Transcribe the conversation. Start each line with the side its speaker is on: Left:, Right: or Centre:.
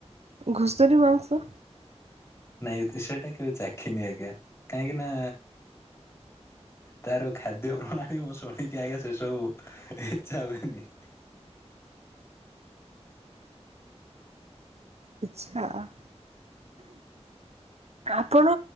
Right: ଘୁଷରି ମାଂସ।
Left: ନାଇଁ ସେଇଟା କେବେ ଚାଖିନି ଆଜ୍ଞା କାହିଁକି ନା ତାର ଖାଦ୍ୟ ପ୍ରଣାଳୀ ମୁଁ ଶୁଣିକି ଆଜ୍ଞା ସେ ସବୁ ଇଚଛା ହୁଏନି।
Right: ଆଚ୍ଛା। ଆପଣ